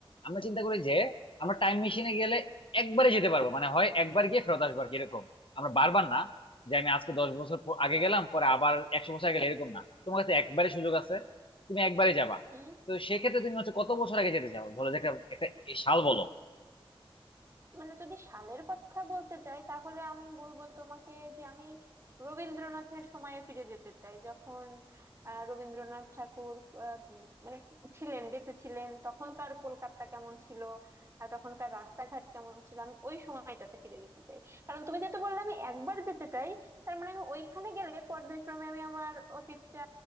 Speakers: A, on the left; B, on the right.
A: আমরা চিন্তা করি যে আমরা টাইম মেশিনে গেলে একবারে যেতে পারবো মানে হয় একবার গিয়ে ফেরত আসবার কি এরকম আমরা বারবার না যে আমি আজকে দশ বছর পর- আগে গেলাম পরে আবার একশো বছর আগে গেলে এরকম না তোমার কাছে একবারে সুযোগ আছে তুমি একবারে যাবা
B: হুম
A: তো সেক্ষেত্রে তুমি হচ্ছে কত বছর আগে যেতে চাও ধরো যে একটা একটা সাল বলো
B: মানে যদি সালের কথা বলতে চাই তাহলে আমি বলবো তোমাকে যে আমি রবীন্দ্রনাথের সময়ে ফিরে যেতে চাই যখন আহ, রবীন্দ্রনাথ ঠাকুর আহ, উম, মানে ছিলেন বেঁচে ছিলেন তখনকার কলকাতা কেমন ছিল আর তখনকার রাস্তাঘাট কেমন ছিল আমি ওই সময়টাতে ফিরে যেতে চাই কারণ তুমি যেটা বললে আমি একবার যেতে চাই তার মানে আমি ওইখানে গেলে পর্যায়ক্রমে আমি আমার অতীতটা